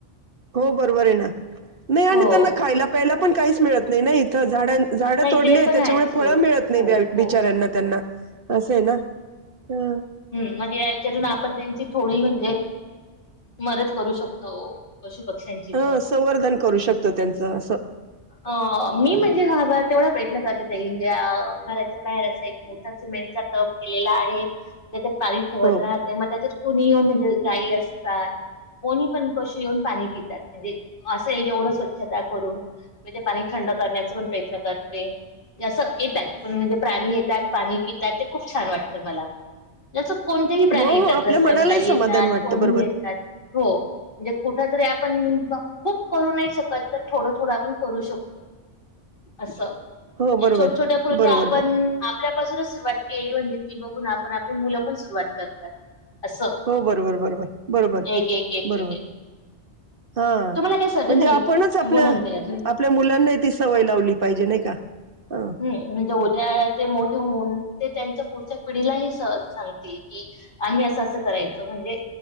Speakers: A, on the right; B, on the left.
A: हो बरोबर आहे ना नाही आणि
B: हो
A: त्यांना खायला प्यायला पण काहीच मिळत नाही ना इथं झाडां झाड
B: नाही
A: तोडली
B: ते पण
A: त्याच्यामुळे
B: आहेच
A: फळ
B: हो
A: मिळत नाही
B: हो
A: बिचाऱ्यांना
B: हो
A: त्यांना असं आहे ना. हम
B: हम् म्हण याच्यातून आपण त्यांची थोडी म्हणजे मदत करू शकतो पशु पक्ष्यांची
A: ह
B: पण
A: संवर्धन करू शकतो त्यांचं असं.
B: अ मी म्हणजे ह तेवढा प्रयत्न करतेजे घराच्या बाहेर असा एक मोठ सिमेंटचा टप केलेला आहे त्याच्यात पाणी ठेवत
A: हो
B: राहते मग त्याच्यात कुणी म्हणजे गायी असतात. कोणी पण कशी येऊन पाणी पितात म्हणजे असं हे जेवढं स्वच्छता करून. मी ते पाणी थंड करण्याचा पण प्रयत्न करते. जसं येतात पण म्हणजे प्राणी येतात पाणी पितात ते खूप छान वाटतं मला जसं कोणत्याही प्राणी
A: हो
B: येतात
A: हो आपल्या
B: रस्त्यावर
A: मनालाही
B: गाई
A: समाधान
B: येतात
A: वाटतं
B: कोणीही
A: बरोबर
B: येतात हो. म्हणजे कुठ तरी आपण खूप करू नाही शकत तर थोडं थोडं आपण करू शकतो. असं
A: हो
B: म्हे
A: बरोबर
B: छोट छोट्या फुलक्या
A: बरोबर
B: आपण
A: बर
B: आपल्यापासूनच सुरुवात केली म्हणजे की बघून आपण आपली मुलं पण सुरुवात करतात. असं
A: हो बरोबर बरोबर बरोबर
B: एक एक एक
A: बरोबर.
B: एक एक
A: हा
B: तुम्हाला काही सर्दी
A: म्हणजे
B: झाली
A: आपणच
B: का?
A: आपल्या
B: बोला ना ताई अजून
A: आपल्या मुलांना ती सवय लावली पाहिजे नाही का? हा
B: ह उद्या ते मोठे होऊन ते त्यांच्या पुढच्या पिढीलाही सहज सांगते की? आम्ही असं असं करायचो म्हणजे